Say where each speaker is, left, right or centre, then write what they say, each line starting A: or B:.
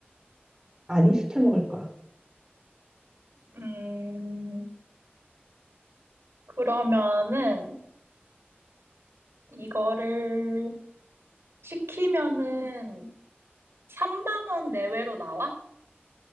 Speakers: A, on the right; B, on the right.
A: 아니, 시켜 먹을 거야.
B: 음, 그러면은 이거를 시키면은 3만 원 내외로 나와?